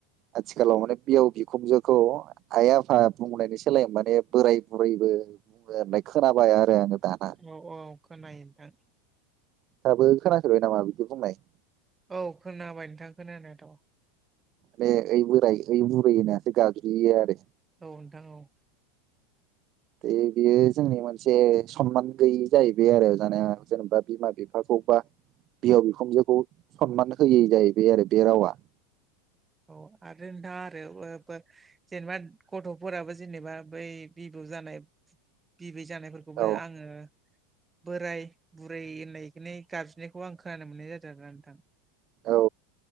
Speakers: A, on the right; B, on the right.
A: आथिखालाव माने बिह बिखुंजोखौ आइ आफा बुंनायनि सोलाय माने बोराय बुरैबो होननाय खोनाबाय आरो आङो दाना।
B: औ औ खोनायो नोंथां
A: दाब खोनासोबाय नामा बिदि बुंनाय।
B: औ खोनाबाय नोंथाङा खोनानायाथ'
A: माने ओइ बोराय ओइ बुरैसो गाज्रियो आरो।
B: औ नोंथां औ।
A: द बियो जोंनि मोनसे सनमान गैयि जाहैबाय आरो जानाया जेनेबा बिमा बिफाखौबा बिहाव बिखुनजोखौ सनमान होयै जाहैबाय आरो बे रावा
B: अ आरो दा आरो जेनेबा गथ'फोराबो जेनेबा बै बिबौ जानाय बिबै जानायफोरखौ बेखौ
A: औ
B: आङो बोराय बुरै होननायखनो गाबज्रिनायखौ आं खोनानो मोननाय जादों आरा नोंथां।
A: औ